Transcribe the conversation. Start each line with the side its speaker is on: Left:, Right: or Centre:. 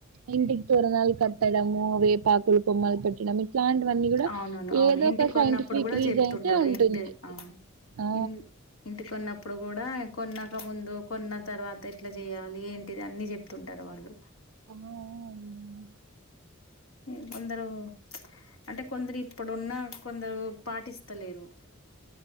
Right: ఇంటికి తోరనాలు కట్టడము వేపాకు కొమ్మలు పెట్టడం. ఇట్లాంటివన్నీ కూడా
Left: అవునవును అవును
Right: ఏదో
Left: ఇంటికి
Right: ఒక
Left: కొన్నప్పుడు
Right: సైంటిఫిక్
Left: కూడా
Right: రీజన్
Left: చెప్తుంటారు
Right: అయితే ఉంటుంది.
Left: ఇంటి అవును
Right: ఆ
Left: ఇన్ ఇంటికోన్నప్పుడు కూడా. కొన్నాక ముందు కొన్న తర్వాత ఎట్లా చెయాలి ఏంటిది అన్ని చెప్తుంటారు వాళ్ళు.
Right: అవును.
Left: మేం కొందరు. అంటే కొందరు ఇప్పుడున్నా కొందరు పాటిస్తలేరు.